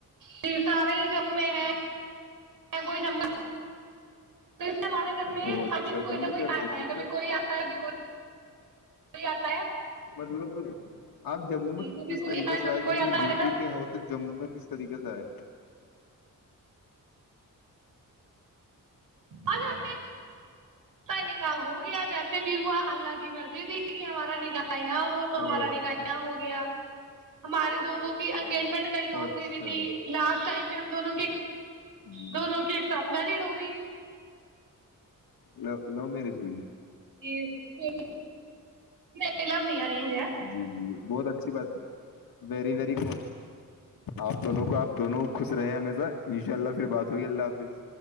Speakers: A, on the right; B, on the left.
A: جی سارے ہی جموں میں ہے کوئی جم ا ہمارے گھر میں
B: او اچھا
A: ہر دن کوئی
B: جموں
A: نہ کوئی
B: کے اندر
A: آتا
B: ہی
A: ہے کبھی کوئی آتا ہے ک کوئی کوئی آتا ہے
B: مطلب آپ جموں
A: جی
B: میں
A: کبھی
B: کس
A: کوئی
B: طریقے
A: آتا ہے
B: سے
A: کبھی
B: آئےج
A: کوئی
B: مطلب
A: آتا ہے ہمارے
B: یو
A: گھر
B: پی کے ہو تو جم میں کس طریقے سے آئے
A: آج آ ط نکاح ہو گیا جیسے بھی ہوا اللہ کی مرضی ت کہ ہمارا نکاح یہاں ہو تو
B: او
A: ہمارا
B: اچھا
A: نگاح یہاں ہو گیا ہماریے دونوں کی انگیجمنٹ کہیں
B: او
A: اور
B: اچھا
A: ہوئی بھی تھی لاسٹ ٹائم پہ ہم دونوں کے
B: جی
A: دونوں کے ایک ساتھ مریڈ ہو گئی
B: ل لو میرج ہوئی
A: جی کو م لبنی آ رینج ہے
B: جی جی بہت اچھی بات ہے ویری وی آپ دونوں کو آپ دونوں خوش رہے ہیں ہمیشہ انشاء اللہ پھر بات ہوئی اللہ حافظ